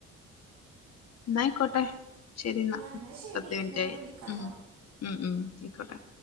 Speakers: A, on the left (about 55°); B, on the right (about 75°).
A: ന്നായിക്കോട്ടെ ശരിന്നാ
B: ആ എന്നാൽ ശരി
A: പത്ത് മിനിറ്റായി
B: എന്നാൽ ഞാൻ വിളിക്കാട്ടോ
A: ഉം ഉം ഉം അയ്ക്കോട്ടെ.